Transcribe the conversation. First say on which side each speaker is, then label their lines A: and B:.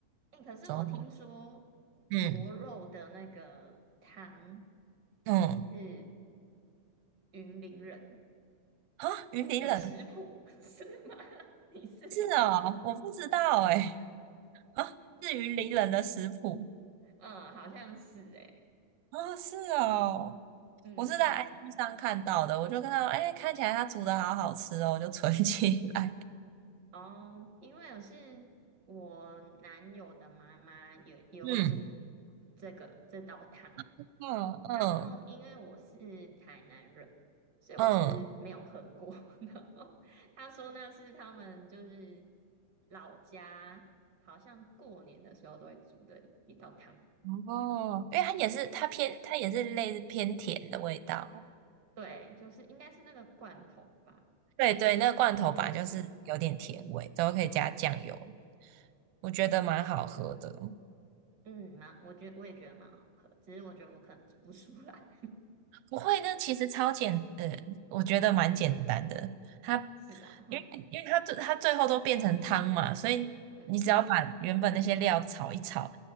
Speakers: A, on the right (about 45°); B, on the right (about 75°).
A: 哎，可是我听说螺肉的那个汤
B: 之后嗯嗯
A: 是云林人
B: 啊，云林人
A: 的食谱，<laughs> 是吗？<laughs> 你是吗？
B: 是哦，我不知道哎、啊，是云林人的食谱。
A: 嗯，好像是哎。
B: 啊，是哦，
A: 嗯。
B: 我是在 IG 上看到的，我就看到，哎，看起来它煮的好好吃哦，我就存 <laughs> 起来。
A: 哦，因为我是我男友的妈妈有有煮
B: 嗯，
A: 这个这道汤，
B: 嗯嗯
A: 然后因为我是台南人，所以我其实没有喝过。
B: 嗯，
A: <laughs> 然后他说那是他们就是老家好像过年的时候都会煮的一道汤，
B: 哦，因为它也是它偏它也是类似偏甜的味道。
A: 对，就是应该是那个罐头吧。
B: 对对，那个罐头本来就是有点甜味，
A: 嗯
B: 都可以加酱油，我觉得蛮好喝的。
A: 嗯，蛮，我觉得我也觉得蛮好喝，只是我觉得我可能煮不出来。
B: 不会那其实超简，呃，我觉得蛮简单的。它，
A: <laughs> 是啊，哼、
B: 因为因为它最它最后都变成汤嘛，所以你只要把原本那些料炒一炒，
A: 嗯，